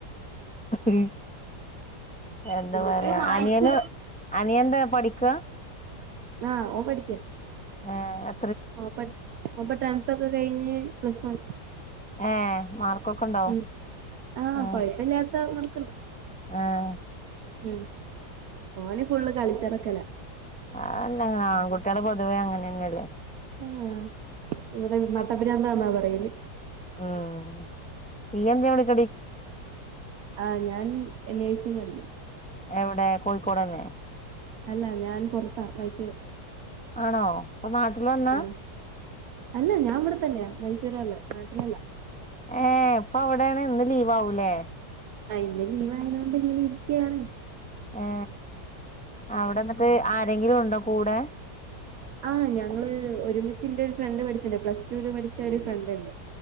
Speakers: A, in the centre; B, on the right.
A: <unintelligible> എന്താ
B: എന്നിട്ട്
A: പറയാ
B: മായിച്ചു
A: അനിയന് അനിയന്റെ പഠിക്കാ
B: ആ ഓൻ പഠിക്ക്യാ
A: ആ ഹാ
B: ആ അപ്പ അപ്പൊ ടെൻത്തൊക്കെ കഴിഞ്ഞ് പ്ലസ് വൺ
A: ഏ മാർക്കൊക്കെണ്ടോ?
B: ഉം ആഹ്
A: ആ
B: കൊഴപ്പില്ലാത്ത മാർക്കുണ്ട്
A: ആ ഹ്
B: ഉം, ഓന് ഫുള്ള് കളിച്ചടക്കലാ.
A: അ അല്ലങ്ങനെ ആൺകുട്ട്യള് പൊതുവേ അങ്ങനെന്നല്ലേ
B: ആ ഇവടെ നട്ടബ്രാന്താ ന്നാ പറയല്.
A: ഉം, നീ എന്തെ ഇവി
B: ആ ഞാൻ നേഴ്സിങ് പഠിക്കും.
A: എവെടെ കോഴിക്കോടന്നെ
B: അല്ല! ഞാൻ പൊർത്താ മൈസൂർ.
A: ആണോ ഇപ്പൊ നാട്ടില് വന്നാ
B: ആഹ്, അല്ല ഞാൻ വടെത്തന്നെയാ മൈസ് <unintelligible> നാട്ടിലല്ല.
A: ഏ, പ്പൊ അവ്ടെണ്, ന്ന് ലീവാവൂലേ?
B: ആ ഇന്ന് ലീവായേനോണ്ട് ങ്ങനെ ഇരിക്ക്യാണ്.
A: ഏ, അവിടെന്നിട്ട് ആരെങ്കിലും ഉണ്ടോ കൂടെ?
B: ആഹ്, ഞങ്ങള് ഒരുമിച്ച്ന്റെ ഫ്രണ്ട് പഠിച്ചില്ലേ പ്ലസ്ടൂല് പഠിച്ച ഒരു ഫ്രണ്ട്ണ്ട്.